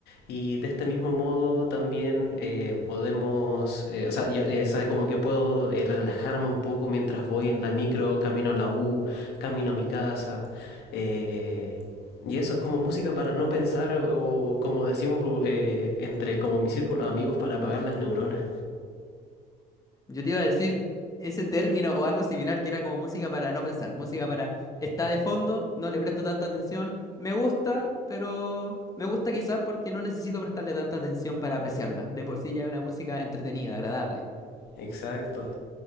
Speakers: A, on the left; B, on the left.
A: Y de este mismo modo también eh, podemos, eh, o sea, ya- eh, sabe, como que puedo eh, relajarme un poco mientras voy en la micro, camino a la U, camino a mi casa. eh, y eso es como música para no pensar o como decimos eh, entre como mi círculo de amigos para apagar las neuronas.
B: Yo te iba a decir ese término o algo similar que era como música para no pensar, música para está de fondo, no le presto tanta atención, me gusta, pero me gusta quizás porque no necesito prestarle tanta atención para apreciarla. De por sí ya es una música entretenida, agradable.
A: Exacto.